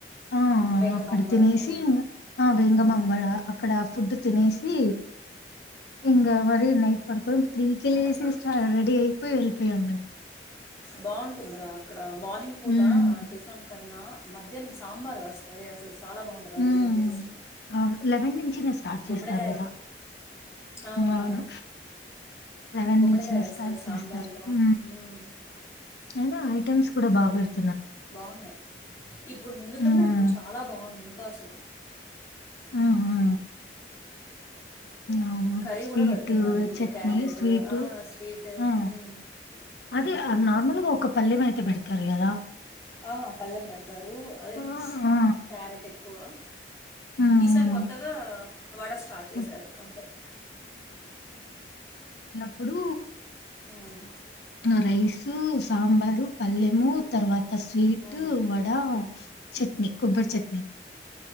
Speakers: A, on the left; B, on the left.
A: ఆ ఆ
B: వెంగమాంబ
A: అక్కడ తినేసి
B: మ్మ్
A: ఇంగ ఆ వేంగమాంబ
B: మ్మ్
A: అక్కడ ఫుడ్ తినేసి ఇంగ మా ఇంగ నైట్ పడుకొని త్రీ కే లేసేసి
B: అప్పుడు
A: అది అయిపోయి వెల్లిపోయాము మేము
B: బాగుంటుందరా అక్కడ హా మార్నింగ్ పూట
A: హ్మ్.
B: టిఫెన్ కన్నా మధ్యాహ్నం సాంబార్ వేస్తారే అసలు చాలా బాగుంటుంది
A: హ్మ్.
B: అది కూడా టేస్ట్
A: అవును. నుంచినే స్టార్ట్
B: గుమ్మడికాయ
A: చేస్తారు కదా
B: అవునవును
A: అవును లెవెన్
B: గుమ్మడికాయ
A: నుంచి
B: వేస్తారు
A: స్టార్ట్
B: సాంబార్లో
A: చేస్తారు హు
B: మ్మ్.
A: అయినా ఐటమ్స్ కూడా బాగా పేడత
B: బాగున్నాయి ఇప్పుడు ముందుకన్నా
A: హ్మ్.
B: ఇప్పుడు చాలా బాగుంది ఇంకా ఇంకా అసలు
A: హా హా అవును
B: కర్రీ
A: స్వీట్
B: కూడా పెడుతున్నారు ఇప్పుడు
A: చట్నీ
B: క్యారెట్
A: స్వీట్
B: ఆ, స్వీట్
A: ఆ
B: మ్మ్.
A: అదే నార్మల్గా ఒక పల్లెం అయితే పెడతారు కదా
B: ఆ పళ్లెం పెడతారు అదే
A: ఆ! ఆ!
B: క్యారెట్ ఎక్ కువ
A: హ్మ్.
B: ఈసారి
A: హ్మ్.
B: కొత్తగా వడ స్టార్ట్ చేశారు
A: హ్మ్.
B: అంతే
A: ఇప్పుడు
B: మ్మ్.
A: నా రయిస్ సాంబారు పల్లేము తర్వాత త స్వీట్
B: మ్మ్.
A: వడా చెట్ట్ నీ కొబ్బర్ చట్నీ